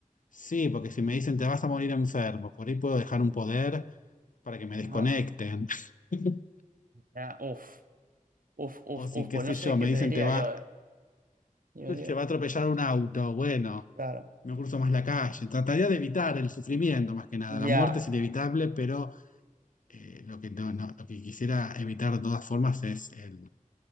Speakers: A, on the left; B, on the right.
A: Sí, porque si me dicen te vas a morir enfermo, por ahí puedo dejar un poder para que me
B: Ajá.
A: desconecten. <laughs>
B: Ya, uf, uf, uf,
A: O si,
B: uf.
A: qué
B: Pues
A: sé
B: no sé
A: yo, me
B: qué te
A: dicen
B: diría
A: te va,
B: yo, ¿eh? Yo
A: <laughs>
B: diría-
A: Te va a atropellar un auto, bueno,
B: Claro.
A: no cruzo más la calle. Trataría de evitar el sufrimiento más que nada. La
B: Ya.
A: muerte es inevitable, pero eh, lo que no- no- lo que quisiera evitar de todas formas es el,